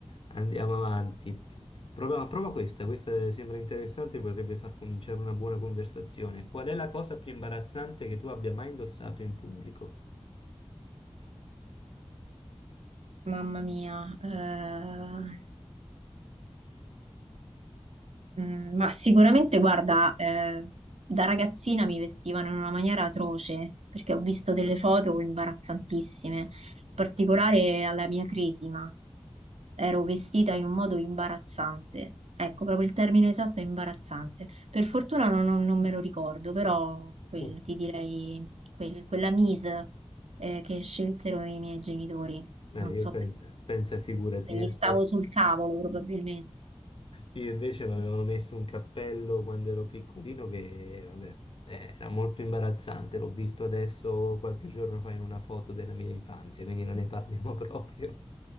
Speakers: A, on the left; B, on the right.
A: andiamo avanti. Prova, prova questa, questa sembra interessante, potrebbe far cominciare una buona conversazione. Qual è la cosa più imbarazzante che tu abbia mai indossato in pubblico?
B: Mamma mia. eh, Mm, ma sicuramente, guarda, eh, da ragazzina mi vestivano in una maniera atroce, perché ho visto delle foto imbarazzantissime, in particolare alla mia cresima. Ero vestita in un modo imbarazzante. Ecco, proprio il termine esatto è imbarazzante. Per fortuna non, non- non me lo ricordo, però quello,
A: <laughs>
B: ti direi quel- quella mise eh, che scelsero i miei genitori. Non
A: Eh, io
B: so
A: penso, pensa, figurati,
B: perché,
A: io
B: gli stavo
A: invece,
B: sul cavolo probabilmente.
A: io invece mi avevano messo un cappello quando ero piccolino che, vabbè, eh, era molto imbarazzante, l'ho visto adesso qualche giorno fa in una foto della mia infanzia, quindi non ne parliamo proprio.